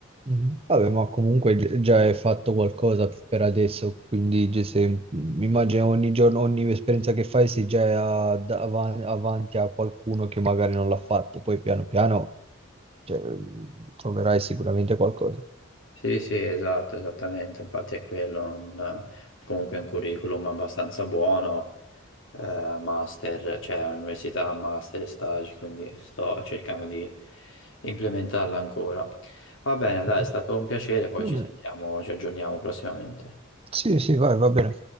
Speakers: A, on the right (about 30°); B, on the left (about 65°).
A: mhm. Vabbè, ma comunque gi- già hai fatto qualcosa per adesso, quindi gi- se, mh, immagino ogni giorno, ogni esperienza che fai sei già a- da- avan- avanti a qualcuno che magari non l'ha fatto, poi piano piano cioè, troverai sicuramente qualcosa.
B: Sì, sì, esatto, esattamente, infatti è quello, un- comunque un curriculum abbastanza buono, eh, master, cioè università, master e stage, quindi sto cercando di implementarla ancora. Va bene, dai,
A: mhm.
B: è stato un piacere, poi
A: Va
B: ci sentiamo,
A: bene.
B: ci aggiorniamo prossimamente.
A: Sì, sì, vai, va bene.